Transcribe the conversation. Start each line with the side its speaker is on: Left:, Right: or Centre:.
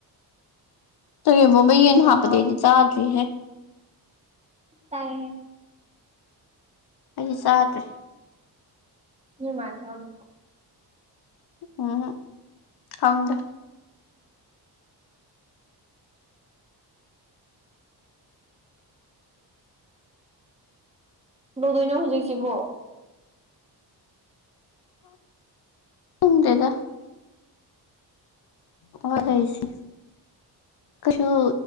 Left: ꯆꯒꯦꯝꯄꯣꯝꯕ
Right: ꯑꯗꯨꯏ
Left: ꯌꯦꯟ
Right: ꯃꯍꯥꯎꯗꯤ
Left: ꯍꯥꯞꯄꯗꯤ ꯑꯩꯗꯤ ꯆꯥꯗ꯭ꯔꯤꯍꯦ
Right: ꯆꯥꯔꯦꯍꯦ
Left: ꯑꯩꯗꯤ ꯆꯥꯗ꯭ꯔꯤ
Right: ꯅꯣꯢ ꯃꯥ ꯊꯣꯡꯍꯜꯂꯨ
Left: ꯎꯝꯍꯨꯝ ꯈꯪꯗꯦ
Right: ꯀꯨꯗꯧꯗꯨꯏꯅꯣ ꯍꯧꯖꯤꯛꯁꯤꯕꯣ
Left: ꯈꯪꯗꯦꯗ ꯍꯣꯢ <unintelligible> <unintelligible> ꯀꯩꯁꯨ